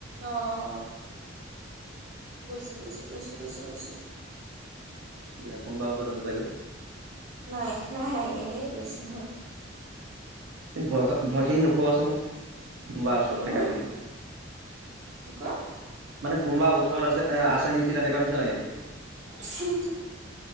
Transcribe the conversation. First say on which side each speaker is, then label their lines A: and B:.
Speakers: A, on the right; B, on the right.
A: উ অ' অ' বুজিছো বুজিছো বুজিছো বুজিছো বুজিছো।
B: এয়া কোনোবা ওচৰত আছে চাগৈ।
A: নাই নাই এনেই কৈছো।
B: ভয় ভয়খিনি নুখবাচ মোক কোনোবাৰ ওচৰত
A: মই
B: থাককা বুলি।
A: কি কোৱা?
B: মানে কোনোবা ওচৰত আছে আছে। তেনেকুৱা নিচিনা লাগে তুমি।
A: শ্ৰী